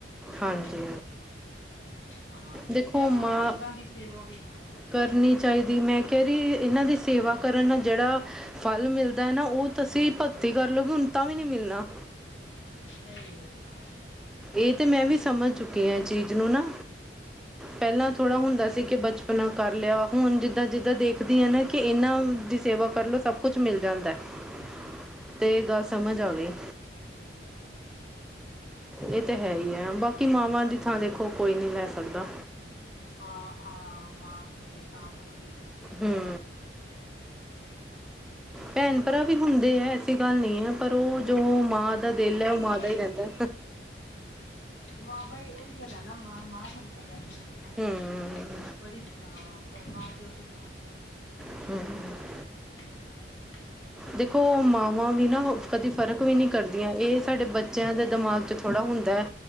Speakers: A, on the left; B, in the centre.
A: ਹੂੰ,
B: ਹਾਂਜੀ
A: ਹਾਂ
B: ਦੇਖੋ
A: ਤੇ ਆਪਾਂ
B: ਮਾਂ
A: ਨੂੰ ਬਜ਼ੁਰਗਾਂ ਦੀ ਸੇਵਾ ਵੀ ਹਾਂ
B: ਕਰਨੀ ਚਾਈਦੀ ਮੈਂ ਕੈ ਰਈ ਏਨਾਂ ਦੀ ਸੇਵਾ ਕਰਨ ਨਾਲ ਜੇੜਾ ਫਲ ਮਿਲਦਾ ਨਾ ਓ ਓ ਤੁਸੀਂ ਭਗਤੀ ਕਰਲੋਗੇ ਹੁਨ ਤਾਂ ਵੀ ਨੀ ਮਿਲਨਾ।
A: ਨਈਂ ਨਾ
B: ਏ ਤੇ ਮੈਂ ਵੀ ਸਮਜ ਚੁੱਕੀ ਆ ਏ ਚੀਜ਼ ਨੂੰ ਨਾ। ਪੈਲਾਂ ਥੋੜਾ ਹੁੰਦਾ ਸੀ ਕੇ ਬਚਪਨਾ ਕਰ ਲੇਆ ਹੁਨ ਜਿੱਦਾਂ-ਜਿੱਦਾਂ ਦੇਖਦੀ ਆ ਨਾ ਕੇ ਏਨਾਂ ਦੀ ਸੇਵਾ ਕਰਲੋ ਸਬ ਕੁਛ ਮਿਲ ਜਾਂਦਾ।
A: ਸਬ
B: ਅਤੇ
A: ਕੁਛ ਮਿਲ
B: ਗੱਲ
A: ਜਾਂਦੈ।
B: ਸਮਝ ਆ ਗਈ ਏ ਤੇ ਹੈਈ ਐ, ਬਾਕੀ ਮਾਵਾਂ ਦੀ ਥਾਂ ਦੇਖੋ ਕੋਈ ਨੀ ਲੈ ਸਕਦਾ।
A: ਹਾਂ-ਹਾਂ ਮਾਂ-ਪਿਓ ਦੀ ਥਾਂ ਕੋਈ ਨੀ ਦੇ ਸਕਦਾ
B: ਹੂੰ,
A: ਸਈ ਐ।
B: ਭੈਨ ਭਰਾ ਵੀ ਹੁੰਦੇ ਐ ਐਸੀ ਗੱਲ ਨਈ ਐ ਪਰ ਓ ਜੋ ਮਾਂ ਮਾਂ ਦਾ ਦਿਲ
A: ਹਾਂਜੀ
B: ਐ ਓ ਮਾਂ ਦਾ ਈ ਰੈਂਦਾ।
A: ਮਾਂ ਬਾਈ ਓਹੀ ਗੱਲ ਐ ਨਾ ਮਾਂ-ਮਾਂ ਹੁੰਦੀ ਐ ਪਿਓ-ਪਿਓ ਹੁੰਦਾ।
B: ਹੂੰ
A: ਬੜੀ ਸਾਂ ਪਰ ਮਾਂ-ਪਿਓ ਦੀ ਜਗਾਂ
B: <inaudible>
A: <inaudible>
B: ਦੇਖੋ ਮਾਵਾਂ ਵੀ ਨਾ ਕਦੀ ਫਰਕ ਵੀ ਨੀ ਕਰਦੀਆਂ ਏ ਸਾਡੇ ਬੱ ਬੱਚੇਆਂ ਦੇ ਦਮਾਗ ਚ ਥੋੜਾ ਹੁੰਦਾ,